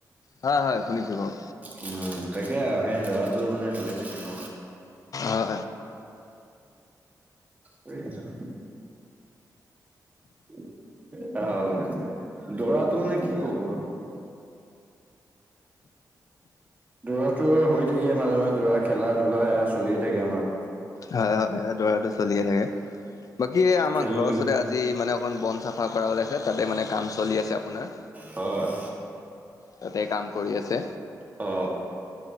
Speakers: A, on the left; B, on the right.
A: হয় হয় শুনিছো বাৰু
B: উম তাকে আৰু সেয়া দৌৰা টো মানে হৈয়ে থাকে ন।
A: হয়
B: <unintelligible> <unintelligible> দৌৰাটো মানে কি ক'ব? দৌৰাটো হৈ থাকে মাজে মাজে দৌৰা খেলা-ধূলা সেয়া চলিয়ে থাকে আমাৰ।
A: হয় হয় সেই দৌৰাটো চলিয়ে থাকে। বাকী এ আমাৰ
B: খেলিলো
A: ঘৰৰ ওচৰতে আজি অকমান বন চাফা কৰা ওলাইছে তাতে মানে কাম চলি আছে আপোনাৰ।
B: হয়,
A: তাতে কাম কৰি আছে
B: অ।